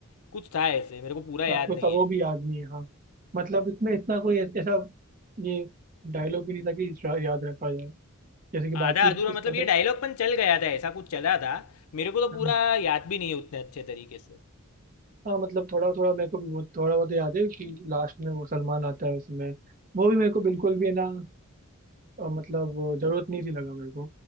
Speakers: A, on the left; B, on the right.
A: कुछ था ऐसे मेरे को पूरा याद
B: हाँ कुछ
A: नहीं
B: था वो
A: है
B: भी आदमी है हाँ मतलब इसमें इतना कोई ऐ- ऐसा ये डायलॉग भी नहीं था कि इसका याद रखा जाए जैसे कि
A: आधा
B: बाकी
A: अधूरा
B: इसमें
A: मतलब
B: तो
A: ये डायलॉग पन चल गया था ऐसा कुछ चला था मेरे को तो
B: हम्म,
A: पूरा याद भी नहीं है उतने अच्छे तरीके से
B: हाँ मतलब थोड़ा थोड़ा मेरे को भी बहुत थोड़ा बहुत याद है कि लास्ट में वो सलमान आता है उसमें वो भी मेरे को बिल्कुल भी है ना अ, मतलब वो जरूरत नहीं थी लगा मेरे को